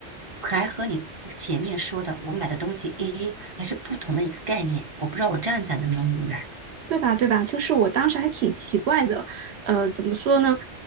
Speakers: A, on the right; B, on the right.
A: 可还和你前面说的我买的东西 A A 还是不同的一个概念。我不知道我这样讲能不能明白。
B: 对吧？对吧？就是我当时还挺奇怪的，呃，怎么说呢？